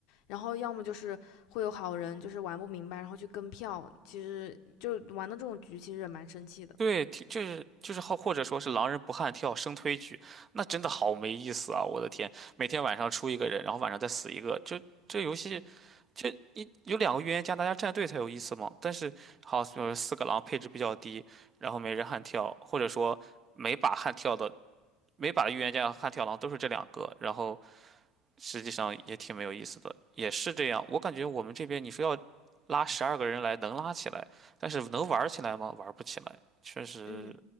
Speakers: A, on the left; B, on the right.
A: 然后要么就是会有好人就是玩不明白，然后去跟票，其实就玩到这种局，其实也蛮生气的。
B: 对，挺就是就是好，或者说是狼人不汉跳生推局，那真的好没意思啊！我的天，每天晚上出一个人，然后晚上再死一个，就这游戏，就一有两个预言家，大家站队才有意思嘛。但是好，就是四个狼配置比较低，然后没人悍跳，或者说每把悍跳的每把的预言家和悍跳狼都是这两个，然后实际上也挺没有意思的，也是这样。我感觉我们这边你说要拉十二个人来能拉起来，但是能玩儿起来吗？玩儿不起来，确实，
A: 嗯。